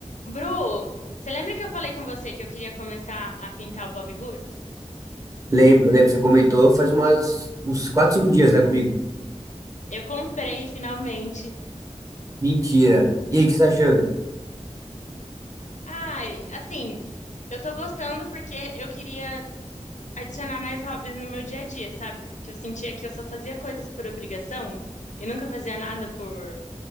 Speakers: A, on the left (about 75°); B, on the right (about 25°).
A: Bru, você lembra que eu falei com você que eu queria começar a pintar o Bobbie Goods?
B: Lembro, lembro, você comentou faz umas, uns 4 5 dias, né, comigo?
A: Eu comprei finalmente.
B: Mentira. E aí, o que você tá achando?
A: Ai, assim, eu tô gostando porque eu queria adicionar mais hobbies no meu dia a dia, sabe? Porque eu sentia que eu só fazia coisas por obrigação e nunca fazia nada por,